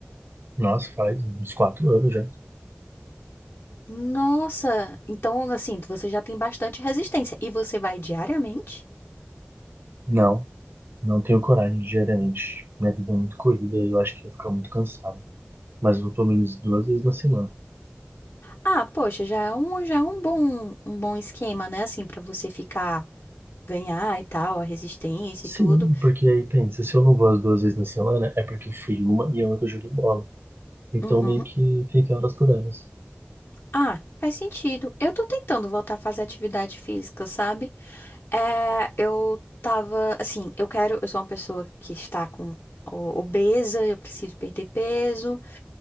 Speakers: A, on the right; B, on the left.
A: Nossa, faz uns quatro anos já.
B: Nossa, então assim, você já tem bastante resistência. E você vai diariamente?
A: Não, não tenho coragem, diariamente. Minha vida é muito corrida e eu acho que ia ficar muito cansado. Mas eu vou pelo menos duas vezes na semana.
B: Ah, poxa, já é um, já é um bom, um bom esquema, né? Assim, pra você ficar, ganhar e tal, a resistência
A: Sim,
B: e tudo.
A: porque aí tem. Se eu não vou as duas vezes na semana, é porque fui uma e a outra eu joguei bola. Então
B: Uhum.
A: meio que fica elas por elas.
B: Ah, faz sentido. Eu tô tentando voltar a fazer atividade física, sabe? É, eu tava, assim, eu quero, eu sou uma pessoa que está com o- obesa, eu preciso perder peso.